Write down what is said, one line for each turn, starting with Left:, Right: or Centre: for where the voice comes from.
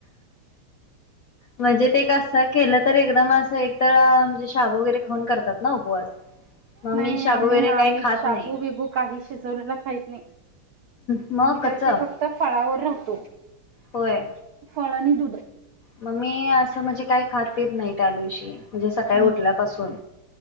Left: म्हणजे ते कसं केलं तर एकदम असं एक तर म्हणजे शाब वगैरे खाऊन करतात ना उपवास मग
Right: नाही
Left: मी शाबू
Right: आम्ही
Left: वगैरे
Right: आम्ही
Left: काही खात
Right: शाबू
Left: नाही
Right: बिबू काही शिजवलेला खायत नाही
Left: मग
Right: आम्ही
Left: कच्च
Right: त्या दिवशीी फक्त फळावर राहतो
Left: होय
Right: फळ आणि दूध
Left: मग मी असं म्हणजे काही खात पित नाही त्या दिवशी म्हणजे सकाळी
Right: मी
Left: उठल्यापासून